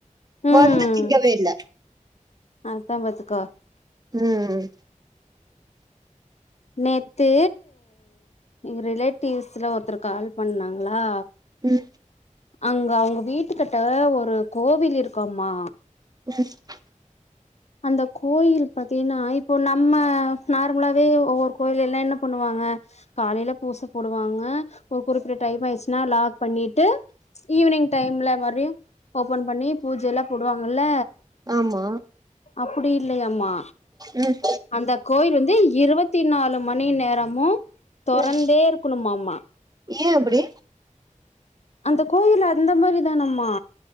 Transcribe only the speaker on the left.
ம்
அதா பாத்துக்கோ
நேத்து எங்க ரிலேட்டிவ்ஸ்ல ஒருத்தரு கால் பண்ணுனாங்களா
அங்க அவங்க வீட்டுக்கிட்ட ஒரு கோவில் இருக்காமா
அந்த கோயில் பாத்தின்னா இப்போ நம்ம நார்மலாவே ஒவ்வொரு கோயில எல்லா என்ன பண்ணுவாங்க காலையில பூச போடுவாங்க ஒரு குறிப்ட்ட டைம் ஆயிச்சுன்னா லாக் பண்ணிட்டு ஈவினிங் டைம்ல மாரியும் ஓப்பன் பண்ணி பூஜையெல்லா போடுவாங்கல்ல
அப்புடி இல்லையம்மா
அந்த கோயில் வந்து இருவத்தி நாலு மணி நேரமும் தெறந்தே
இருக்கணும்மாம்மா
அந்த கோயில் அந்த மாரி தானம்மா